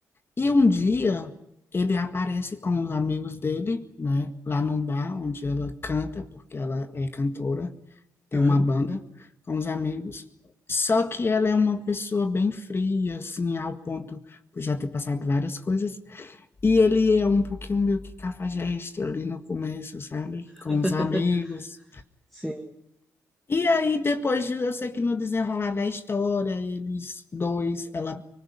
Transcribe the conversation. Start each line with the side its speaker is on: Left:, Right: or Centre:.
Left: e um dia ele aparece com os amigos dele, né, lá num bar onde ela canta, porque ela é cantora, tem
Centre: Aham.
Left: uma banda com os amigos. Só que ela é uma pessoa bem fria, assim, ao ponto de já ter passado várias coisas. E ele é um pouquinho meio que cafajeste ali no começo, sabe? Com
Centre: <laughs>
Left: os amigos,
Centre: Sim.
Left: e aí, depois de, eu sei que no desenrolar da história, eles dois, ela